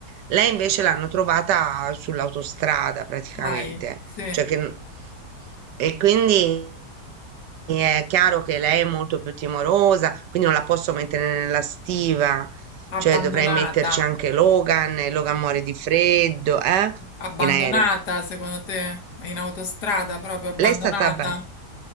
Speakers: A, on the right; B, on the left.
A: Lei invece l'hanno trovata sull'autostrada praticamente,
B: dai, sì,
A: cioè che, n- e quindi è chiaro che lei è molto più timorosa, quindi non la posso mettere nella stiva,
B: abbandonata,
A: cioè dovrei metterci anche Logan, e Logan muore di freddo, eh?
B: abbandonata
A: In aereo.
B: secondo te, in autostrada proprio abbandonata,
A: Lei è stata bella.